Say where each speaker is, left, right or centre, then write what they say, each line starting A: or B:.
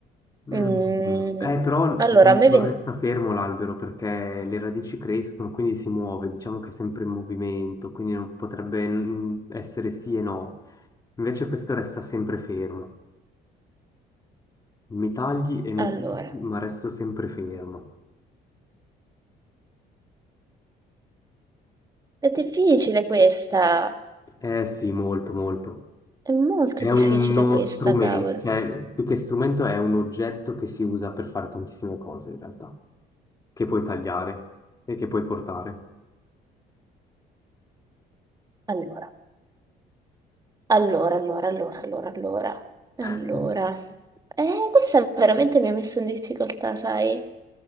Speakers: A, on the left; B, on the right.
A: Mm,
B: Mm,
A: eh, però non
B: Allora, a me
A: non
B: veni...
A: resta fermo l'albero perché le radici crescono, quindi si muove, diciamo che è sempre in movimento, quindi non potrebbe mm, essere sì e no. Invece questo resta sempre fermo. Mi tagli e mi
B: Allora,
A: porti, ma resto sempre fermo.
B: è difficile questa,
A: Eh sì, molto, molto.
B: è molto
A: È
B: difficile
A: uno
B: questa,
A: strumento,
B: cavolo.
A: cioè più che strumento è un oggetto che si usa per fare tantissime cose in realtà, che puoi tagliare e che puoi portare.
B: Allora, allora, allora, allora, allora, allora. Allora,
A: <laughs>
B: eh, questa veramente mi ha messo in difficoltà, sai?